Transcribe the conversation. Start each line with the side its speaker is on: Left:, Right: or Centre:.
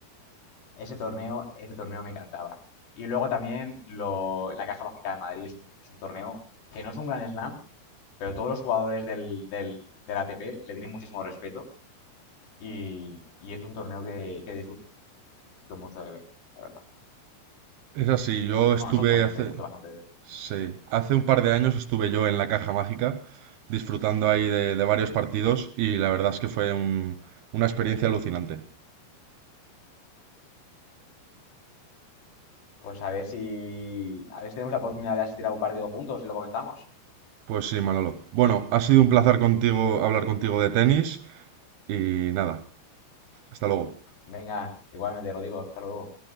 Left: Ese torneo, ese torneo me encantaba. Y luego también lo, la Caja Mágica de Madrid es un, es un torneo que no es un gran slam, pero todos los jugadores del, del, del ATP le tienen muchísimo respeto y, y es un torneo que, que disfruto mucho de ver, la verdad.
Right: Es así, yo estuve
Left: Bueno, son torneos
Right: hace,
Left: que disfruto bastante de ver.
Right: sí, hace un par de años estuve yo en la Caja Mágica disfrutando ahí de, de varios partidos y la verdad es que fue un- una experiencia alucinante.
Left: Pues a ver si, a ver si tenemos la oportunidad de asistir a un partido juntos y lo comentamos.
Right: Pues sí, Manolo. Bueno, ha sido un placer contigo hablar contigo de tenis y nada, hasta luego.
Left: Venga, igualmente, Rodrigo, hasta luego.